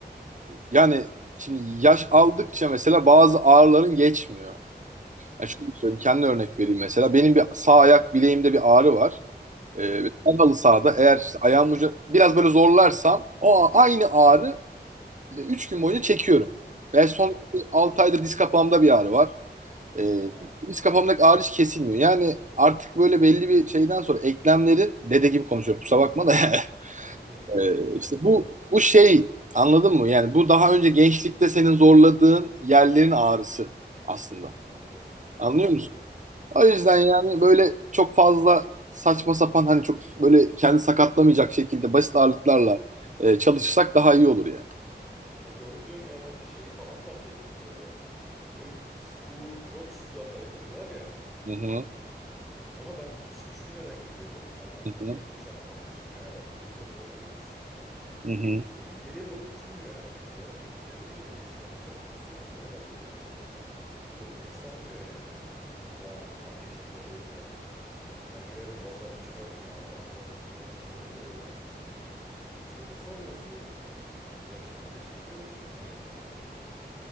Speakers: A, on the right; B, in the centre.
A: yani şimdi yaş aldıkça mesela bazı ağrıların geçmiyor.
B: Hmm.
A: Yani şöyle söyleyeyim, kendi örnek vereyim mesela. Benim bir sağ ayak bileğimde bir ağrı var. Ee,
B: Aha.
A: ve ben halı sahada eğer işte ayağım ucu biraz böyle zorlarsam o a- aynı ağrı 3 gün boyunca çekiyorum. Ve son
B: Yapma ya.
A: 6 aydır diz kapağımda bir ağrı var. Ee,
B: Ha.
A: diz kapağımdaki ağrı hiç kesilmiyor. Yani artık böyle belli bir şeyden sonra eklemlerin dede gibi konuşuyorum kusura bakma da <laughs>
B: <laughs>
A: Ee, işte
B: Estağfurullah.
A: bu bu şey anladın mı? Yani bu daha önce gençlikte senin zorladığın yerlerin ağrısı aslında.
B: Anlarım.
A: Anlıyor
B: anlarım.
A: musun? O yüzden yani böyle çok fazla saçma sapan hani çok böyle kendi sakatlamayacak şekilde basit ağırlıklarla e, çalışırsak daha iyi olur yani.
B: Ya doğru diyorsun ya ben de şeyi falan fark ettim böyle. Ya s- bu front squat hareketi var ya.
A: Hı hı,
B: Ona ben hiç düşünmeden giriyordum. Abi ben
A: hı hı,
B: elimi çatlatmışım ya herhalde. Bilmiyorum böyle avuç içimi.
A: hı hı.
B: Elim geriye doğru bükülmüyor <laughs> artık ya. Dediğin gibi gençken insan hissetmiyor herhalde böyle şeyleri. Ya da umursamıyor yani hani o anın ateşiyle heyecanıyla. Ben girerim basarım çıkarım ya falan kafasında insan olunca böyle. Hiç umursamıyorsun. Yaşlanınca çekiyormuş insan gerçekten.